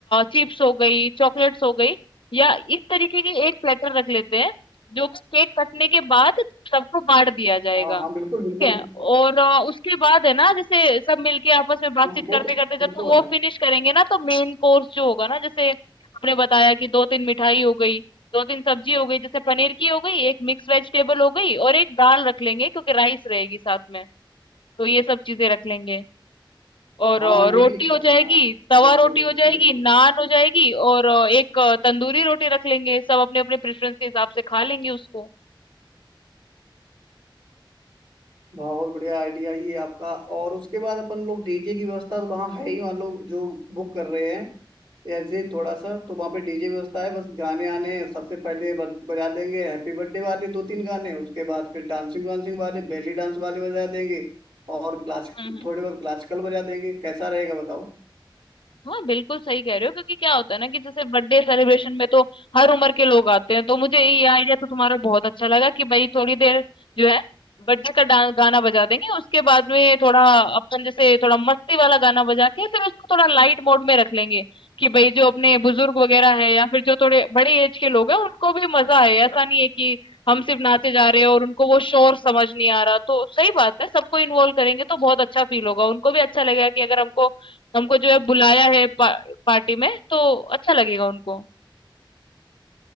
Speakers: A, on the left (about 75°); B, on the right (about 65°).
A: चिप्स हो गई चॉकलेट्स हो गई या इस तरीके की एक प्लेटर रख लेते हैं जो कि केक कटने के बाद सबको बांट दिया जाएगा
B: हाँ हाँ बिल्कुल
A: ठीक
B: बिल्कुल
A: है और अ, उसके बाद है ना जैसे सब मिलके आपस में बातचीत
B: हाँ, वो
A: करते
B: तो
A: करते जब
B: वो
A: तक
B: तो
A: वो
B: है
A: फिनिश करेंगे ना तो मेन कोर्स जो होगा ना जैसे आपने बताया कि दो तीन मिठाई हो गई दो तीन सब्जी हो गई जैसे पनीर की हो गई एक मिक्स वेजिटेबल हो गई और एक दाल रख लेंगे क्योंकि राइस रहेगी साथ में तो ये सब चीजें रख लेंगे और
B: हाँ
A: अ, रोटी
B: ये भी अच्छा
A: हो जाएगी
B: है हाँ
A: तवा
B: बिल्कुल
A: रोटी
B: बिल्कुल
A: हो जाएगी
B: बिल्कुल
A: नान हो जाएगी और अ, एक अ, तंदूरी रोटी रख लेंगे सब अपने अपने प्रेफरेंस के हिसाब से खा लेंगे उसको
B: बहुत बढ़िया आइडिया ये आपका और उसके बाद अपन लोग डीजे की व्यवस्था तो वहाँ है ही मान लो जो बुक कर रहे हैं ऐसे थोड़ा सा तो वहाँ पे डीजे व्यवस्था है बस गाने आने सबसे पहले ब- बजा देंगे हैप्पी बर्थडे वाले दो तीन गाने उसके बाद फिर डांसिंग वांसिंग वाले बेली डांस वाले बजा देंगे और क्लासिक
A: हम्म हम्म।
B: थोड़े बहुत क्लासिकल बजा देंगे कैसा रहेगा बताओ
A: हाँ बिल्कुल सही कह रहे हो क्योंकि क्या होता है ना कि जैसे बर्थडे सेलिब्रेशन में तो हर उम्र के लोग आते हैं तो मुझे ये आइडिया तो तुम्हारा बहुत अच्छा लगा कि भाई थोड़ी देर जो है बर्थडे का डां- गाना बजा देंगे उसके बाद में थोड़ा अपन जैसे थोड़ा मस्ती वाला गाना बजा के फिर उसको थोड़ा लाइट मोड में रख लेंगे कि भाई जो अपने बुजुर्ग वगैरह है या फिर जो थोड़े बड़ी एज के लोग हैं उनको भी मजा आए ऐसा नहीं है कि हम सिर्फ नाचे जा रहे हैं और उनको वो शोर समझ नहीं आ रहा तो सही बात है सबको इन्वॉल्व करेंगे तो बहुत अच्छा फील होगा उनको भी अच्छा लगेगा कि अगर हमको हमको जो है बुलाया है पा, पार्टी में तो अच्छा लगेगा उनको।